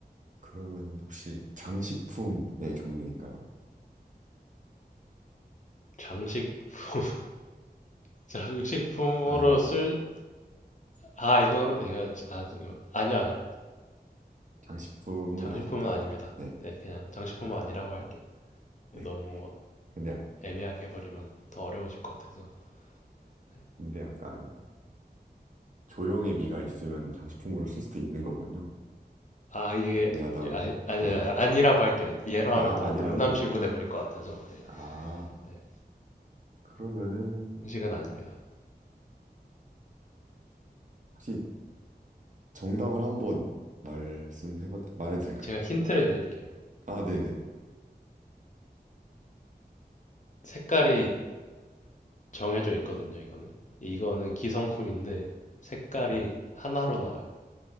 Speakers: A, on the right; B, on the left.
A: 그러면 혹시 장식품의 종류인가요?
B: 장식품, <laughs> 장식품으로
A: 아,
B: 쓸, 아, 이거 이거, 아, 이거, 아니요, 아니요.
A: 장식품은
B: 장식품은
A: 아니다.
B: 아닙니다.
A: 네.
B: 네, 그냥 장식품은
A: 아,
B: 아니라고 할게요. 너무
A: 네. 근데, 아-
B: 애매하게
A: 네.
B: 해버리면 더 어려워질 것 같아서. 네.
A: 근데 약간 조형의 미가 있으면 장식품으로 쓸 수도 있는 거군요.
B: 아, 이게,
A: 애매하다고.
B: 아, 아니야,
A: 네.
B: 아니라고 할게요. 예로
A: 아,
B: 하면 너무
A: 아니라고.
B: 농담식으로 돼버릴 것 같아서. 네,
A: 아,
B: 네,
A: 그러면은
B: 장식은 아닙니다.
A: 혹시 정답을 한번 말씀해 봐 말해도 될까요?
B: 제가 힌트를 드릴게요.
A: 아, 네네.
B: 색깔이 정해져 있거든요, 이거는. 이거는 기성품인데 색깔이
A: 아,
B: 하나로 나와요.